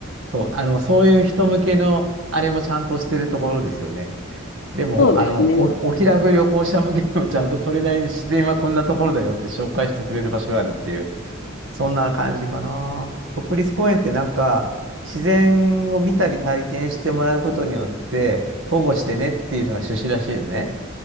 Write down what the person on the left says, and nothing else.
そうですね。